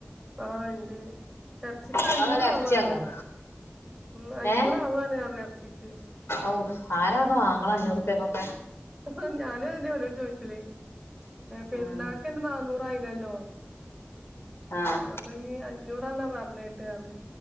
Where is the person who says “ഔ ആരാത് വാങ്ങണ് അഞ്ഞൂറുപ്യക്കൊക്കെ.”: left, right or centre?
Left